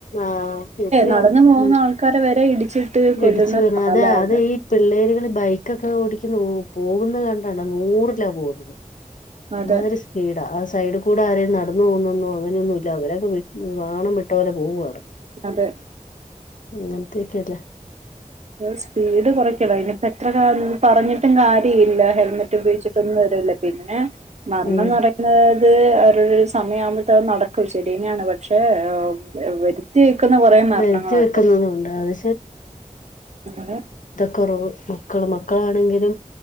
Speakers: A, on the left (about 70°); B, on the right (about 55°).
A: ആഹ് ശരിയാ
B: നടന്നു
A: ഉം
B: പോകുന്ന ആൾക്കാരെ വരെ ഇടിച്ചിട്ട് കൊല്ലുന്ന
A: ഇടിച്ചു വീണ്
B: കാലാണ്
A: അതെ അത് ഈ പിള്ളേരുകള് ബൈക്കൊക്കെ ഓടി നോ പോകുന്നത് കണ്ടാണ് നൂറിലാ പോകുന്നത് അമാതിരി
B: അതെ
A: സ്പീഡ സൈഡ് കൂടെ ആരെലും നടന്ന് പോകന്നന്നോ അങ്ങനെയൊന്നു ഇല്ല അവരങ്ങനെ വാണം വിട്ട പോലെ പോവുആണ്
B: അതെ
A: ങ്ങൻതെകല്ലേ
B: സ്പീഡ് കുറക്ക ഇനിപ്പ എത്ര പറഞ്ഞിട്ടും കാര്യ <unintelligible> ഇല്ല ഹെൽമെറ്റ് ഉപയോഗിച്ചിട്ടൊന്നും വരല്ല പിന്നെ മരണംന്ന്
A: ഉം
B: പറയുന്നത് അത് അവരവരുടെ സമയം ആവുമ്പോഴത്തെ അത് നടക്കും ശരിന്നെയാണ് പക്ഷേ വരുത്തി ക്കുന്ന കുറേ മരണങ്ങളുണ്ട്
A: വരുത്തി വെക്കുന്നതുണ്ട് അത് കുറവ് മക്കൾ മക്കളാണെങ്കിലും